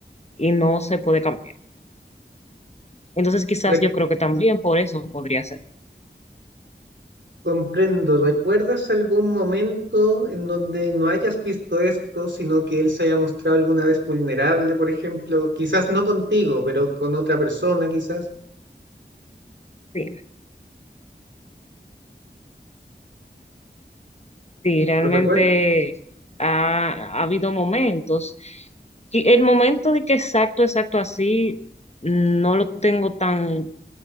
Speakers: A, on the left; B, on the right.
A: y no se puede cambiar. Entonces quizás
B: re-
A: yo creo que también por eso podría ser.
B: comprendo? ¿Recuerdas algún momento en donde no hayas visto esto, sino que él se haya mostrado alguna vez vulnerable, por ejemplo? Quizás no contigo, pero con otra persona, quizás.
A: Sí, sí, realmente
B: ¿Lo recuerdas?
A: ha, ha habido momentos. Y el momento de que exacto, exacto así, no lo tengo tan